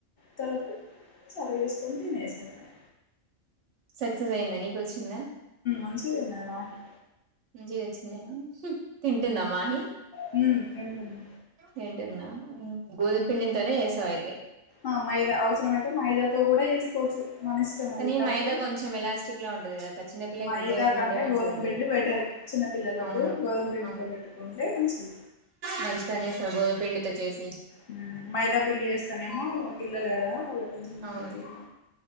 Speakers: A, on the left; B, on the right.
A: తర్వాత సర్వ్ చేసుకొని తినేసెయడమే
B: సక్సెస్ అయిందా నీకు వచ్చిందా
A: మంచిగా తిన్నది మాహి
B: మంచిగోచ్ నేను తింటుందా మాహీ
A: హ్మ్ తింటుంద్
B: తింటుందా గోధుమ్ పిండింతోనే చేస్సావ్ అయితే
A: ఆ మైదా అవసరమయితే మైదాతో కూడా చేసుకోవచ్చు మన ఇష్టం
B: కానీ
A: అది కాకపోతే
B: మైదా కొంచెం ఎలాస్టిక్ లా ఉంటది కదా చిన్నపిల్లకి
A: మైదా
B: గోధుమ
A: కంటే
B: పిండి మంచిగా
A: గోధుమ
B: ఉంటది
A: పిండి బెటరు చిన్న పిల్లలకు
B: అవును
A: గోధుమ పిండితో
B: అవును
A: పెట్టుకుంటే మంచి
B: మంచి పని చేసావు గోధుమ పిండితో చేసి
A: హ్మ్ మైదా పిండి చేస్తేనేమో పిల్లలు కదా వాళ్ళు కొంచెం
B: అవును
A: హెల్తీ గా